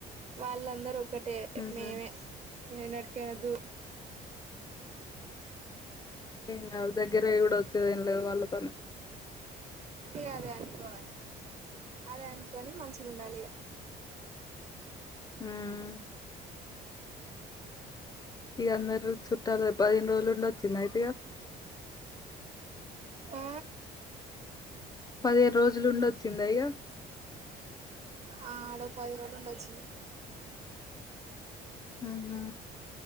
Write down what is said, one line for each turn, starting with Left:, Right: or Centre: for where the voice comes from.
Right: వాళ్ళందరూ ఒకటే
Left: ఉహు
Right: మేమే ఏనాటికైనా దూ
Left: ఏం కాదు దగ్గరేయి కూడా వచ్చేదేం లేదు వాళ్ళతోనే
Right: ఇగ అదే అనుకోవాలి అదె అనుకొని మంచిగా ఉండాలి ఇగ
Left: ఉమ్ ఇగ అందరు చుట్టాలు పదిహేను రోజులుండి వచ్చిందా అయితే ఇగ
Right: ఆ
Left: పదిహేను రోజులుండి వచ్చిందా ఇగ
Right: ఆ లో పది రోజులుండొచ్చింది
Left: ఉహు